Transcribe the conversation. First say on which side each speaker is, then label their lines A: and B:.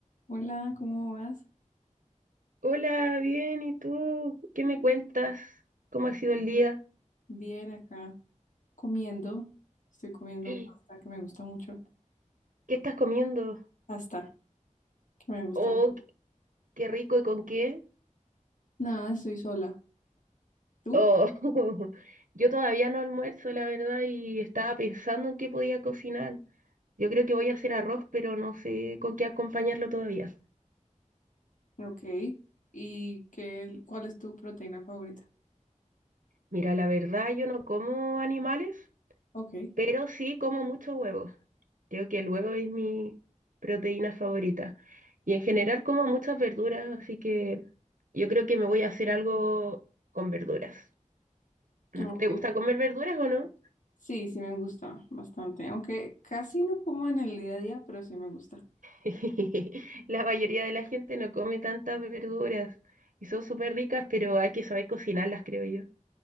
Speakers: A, on the left; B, on the right.
A: Hola, ¿cómo vas?
B: Hola, bien, ¿y tú? ¿Qué me cuentas? ¿Cómo ha sido el día?
A: Bien, acá comiendo. Estoy comiendo
B: <gasps> ¿Qué
A: pasta que me gusta mucho.
B: estás comiendo?
A: Pasta que me gusta.
B: Oh, qué qué rico y con qué.
A: Nada, estoy sola. ¿Tú?
B: Oh, <laughs> yo todavía no almuerzo, la verdad, y estaba pensando en qué podía cocinar. Yo creo que voy a hacer arroz, pero no sé con qué acompañarlo todavía.
A: Ok. ¿Y qué, cuál es tu proteína favorita?
B: Mira, la verdad, yo no como animales,
A: Ok.
B: Pero sí como mucho huevo. Creo que el huevo es mi proteína favorita. Y en general como muchas verduras, así que yo creo que me voy a hacer algo con verduras. Mm,
A: Ok.
B: ¿Te gusta comer verduras o no?
A: Sí, sí me gusta bastante. Aunque casi no como en el día a día, pero sí me gusta.
B: <laughs> La mayoría de la gente no come tantas verduras y son súper ricas, pero hay que saber cocinarlas, creo yo.